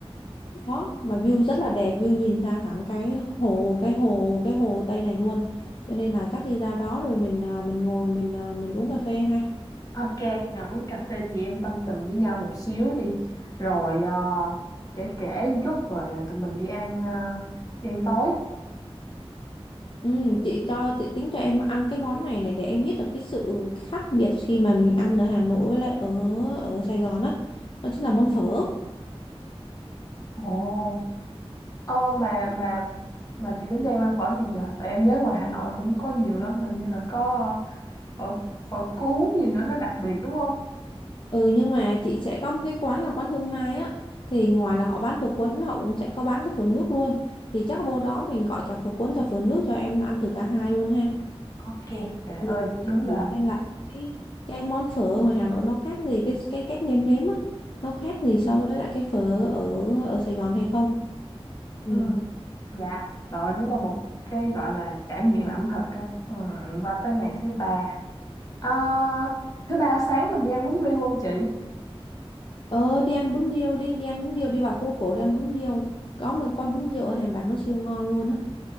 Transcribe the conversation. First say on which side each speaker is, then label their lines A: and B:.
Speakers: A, on the left (about 55°); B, on the left (about 35°).
A: đó mà view rất là đẹp view nhìn ra thẳng cái hồ cái hồ cái Hồ Tây này luôn cho nên là chắc đi ra đó rồi mình à, mình ngồi mình à, mình uống cà phê ha
B: Ok, ngồi uống cà phê chị em tâm tình với nhau một xíu đi. Rồi ờ, trễ trễ một chút rồi tụi mình đi ăn ờ, đi ăn tối.
A: ừ, chị cho chị tính cho em ăn cái món này này để em biết được cái sự khác biệt khi mà mình ăn ở Hà Nội với lại ở ở Sài Gòn á đó. đó chính là món phở
B: Ồ, Ờ mà mà mà chị tính cho em ăn phở gì vậy? Tại em nhớ ngoài Hà Nội cũng có nhiều lắm, hình như là có ờ, phở phở cuốn gì nữa nó đặc biệt đúng không?
A: Ừ nhưng mà chị sẽ có một cái quán là quán Hương Mai á Thì ngoài là họ bán phở cuốn Họ cũng sẽ có bán cái phở nước luôn Thì chắc vô đó mình gọi cả phở cuốn cả phở nước Cho em ăn thử cả hai luôn ha
B: Ok, trời
A: Để Mình
B: ơi,
A: mình
B: đúng là
A: thử xem là cái, cái món phở ở ngoài Hà Nội nó khác gì Cái cái cách nêm nếm á Nó khác gì so với lại cái phở ở ở Sài Gòn hay không Ừ
B: ừ. dạ, rồi đúng là một cái gọi là trải nghiệm ẩm thực á. Ừ, qua tới ngày thứ ba. Ờ, thứ ba sáng mình đi ăn bún riêu không chị?
A: Ờ đi ăn bún riêu đi Đi ăn bún riêu đi vào phố cổ đi ăn bún riêu Có một quán bún riêu ở Hàng Bạc nó siêu ngon luôn á